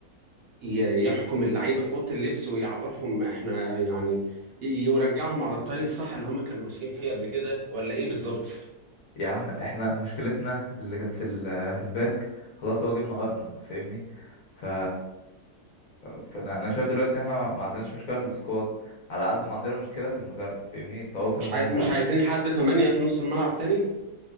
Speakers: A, on the right; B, on the left.
A: ي- يحكم اللعيبه في اوضه اللبس ويعرفهم احنا يعني ي- يرجعهم على الطريق الصح اللي هم كانوا ماشيين فيه قبل كده ولا ايه بالظبط
B: يا عم احنا مشكلتنا اللي كانت في ال- في الباك خلاص هو جبنا ارنولد فاهمني ف فانا انا شايف دلوقتي ان احنا ما ما عندناش مشكله في السكواد على قد ما عندنا مشكله في المدرب فاهمني التواصل
A: مش
B: ما بين
A: عاي-
B: اللعيب
A: مش عايزين حد تمانية في نص الملعب تاني